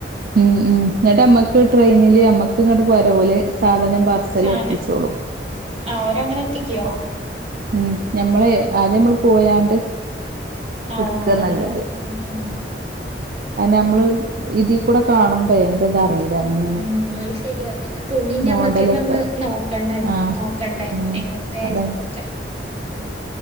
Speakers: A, on the right; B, on the right.
A: ഉം ഉം ന്നിട്ട് അമ്മക്ക് ട്രൈയ്നില് അമ്മക്ക് ഇങ്ങട്ട് പോര ഓല് സാധനം പാർസൽ
B: സാന
A: എത്തിച്ചോളും
B: ആഹ് ഓരങ്ങനെത്തിക്ക്യോ
A: ഉം ഞമ്മളെ ആദ്യമ്മള് പോയാണ്ട്
B: ആഹ്
A: ഇട്ക്കാനല്ലത്
B: ഞമ്മള് ഉം ഉം
A: അയിനമ്മള് ഇതികൂടെ കാണുമ്പയ് അയ്ന്റെ ധാ അറീല അങ്ങനെ
B: ഉം അയ് ശരിയാ പിന്നെ തുണി ഞമ്മകന്നൊന്ന്
A: മോഡലൊക്കെ
B: നോക്കണേര്ന്ന്
A: ആഹ്
B: നോക്കണ്ടേ
A: ഉം
B: എങ്ങൻത്തെതാന്നൊക്കെ
A: അതാണ്